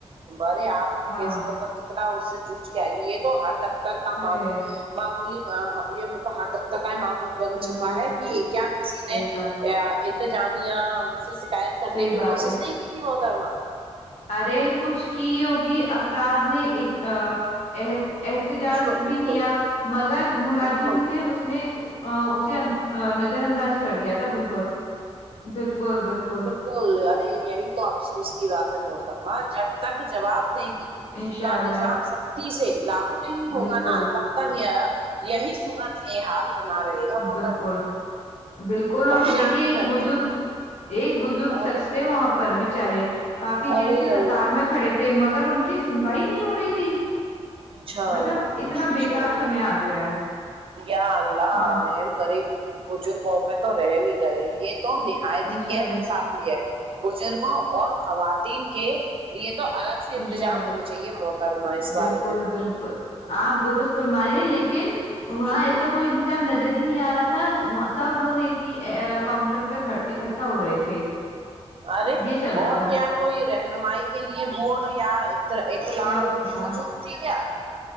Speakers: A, on the right; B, on the left.
A: آرے آپ
B: ہاں
A: کیسے مطلب اس سے جج کے آئی یہ تو ہر دفتر کا مامو
B: ارے
A: معمولی یہ مل ہر دفتر کا ہی معمولی بن
B: بالکل
A: چکا ہے کہ کیا کسی
B: صحیح
A: نے
B: کا
A: انتظامیہ سے شکایت کرنے
B: صحیح بات
A: کی کوشش
B: ہے
A: نہیں کی تھی محتر مہ
B: ارے کچھ کی ہوگی افراد نے ا احد احتجاج
A: بالکل بالکل
B: بھی کیا مگر ملازم
A: بالکل
B: نے اس نے اسے نظر انداز کر دیا تھا بالکل بالکل بالکل
A: ارے یہی تو افسوس کی بات ہے محتر مہ جب تک جواب دگی
B: انشاء
A: کا
B: اللہ
A: نظام سختی سے لاگو نہیں ہوگا
B: بالکل
A: نا تب ہے یہی سورت یہ حال بنا رہے گا محترمہ
B: بالکل بالکل اور
A: اب
B: دیکھیے
A: کیا ہی
B: ایک
A: کریں
B: بزرگ ایک بزرگ
A: ارے
B: شخص تھے وہاں پر بچارے کافی دیر
A: ارے
B: سے
A: ارے
B: قطار میں کھڑے تھے مگر ان کی سنوائی نہیں ہو رہی تھی
A: انشاء
B: مطلب
A: اللہ
B: اتنا
A: انشاء
B: بیکار
A: اللہ
B: سمے آ گیا ہے
A: یا اللہ
B: ہاں
A: رحم کرے بزرگوں پہ تو رحم ہی کرے یہ تو نہایت
B: انشاء
A: ہی غیر
B: اللہ
A: انصافی ہے بزرگوں اور خواتین کے لیے تو الگ ایسے انتظام
B: انشاء اللہ
A: ہونے چاہیے محتر مہ اس
B: بالکل
A: بارے میں
B: بالکل آپ درست فرمایے ہیں لیکن وہاں
A: بالکل
B: ایسا کوئی ظام نظر ہی نہیں آ رہا تھا سب لوگ ایک ہی کاؤنٹر پہ اکٹھا ہو رہے تھے
A: ارے
B: یہ چل رہا
A: اور
B: تھا
A: کیا کوئی رہنمائی کے لیے بورڈ یا تو لگ
B: کیا پتا
A: موجود تھی کیا